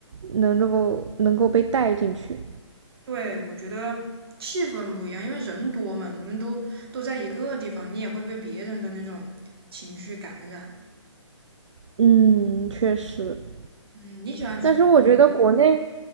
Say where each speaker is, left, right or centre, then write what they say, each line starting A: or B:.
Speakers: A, on the right; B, on the right.
A: 能够能够被带进去。
B: 对，我觉得气氛不一样，因为人多嘛，你们都都在一个地方，你也会被别人的那种情绪感染。
A: 嗯，确实。
B: 嗯，你喜欢去，
A: 但是我觉得国内，